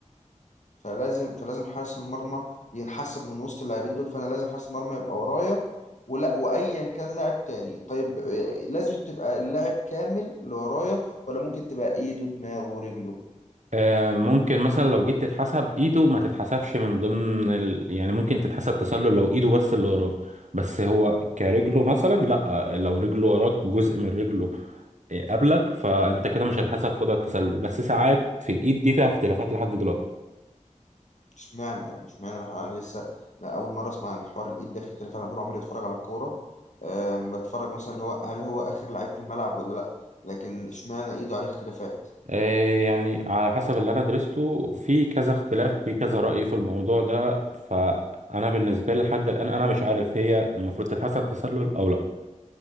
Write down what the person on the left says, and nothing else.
فلازم فلازم حارس المرمى ينحسب من وسط اللاعبين دول فانا لازم حارس المرمى يبقى ورايا ولا وايا كان لاعب تاني طيب آه، لازم تبقى اللاعب كامل اللي ورايا ولا ممكن تبقى ايده دماغه ورجله
اشمعنى يعني اشمعنى انا أنا لسه لا اول مره اسمع عن حوار الايد ده في اختلاف انا طول عمري اتفرج على الكوره أم، بتفرج مثلا اللي هو هل هو اخر لعيب في الملعب ولا لا لكن اشمعنى ايده عليه اختلافات